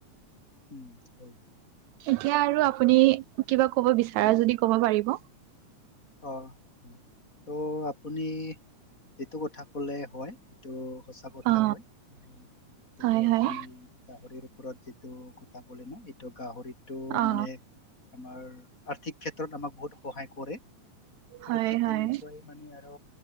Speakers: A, on the left; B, on the right.
A: উম, হয়।
B: এতিয়া আৰু আপুনি কিবা কব বিচাৰা যদি কব পাৰিব।
A: অ', ত' আপুনি এইটো কথা ক'লে হয় এইটো সঁচা কথা
B: অ
A: হয় উম, এইটো
B: হয় হয়
A: আপুনি গাহৰিৰ ওপৰত যিটো কথা ক'লে ন সেইটো ত' গাহৰিটো
B: অ
A: মানে আমাৰ আৰ্থিক ক্ষেত্ৰত আমাক বহুত সহায় কৰে। আৰু
B: হয়
A: ঠিক
B: হয়
A: তেনেকুৱাই মানে আৰু